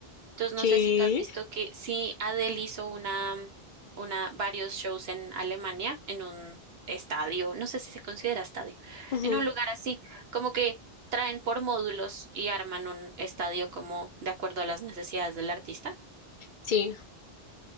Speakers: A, on the right; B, on the left.
A: Entonces,
B: ¿Qué?
A: no sé si tú has visto que sí, Adele hizo una, una, varios shows en Alemania, en un estadio, no sé si se considera estadio,
B: Ujú.
A: en un lugar así, como que traen por módulos y arman un estadio como de acuerdo a las necesidades del artista.
B: Sí,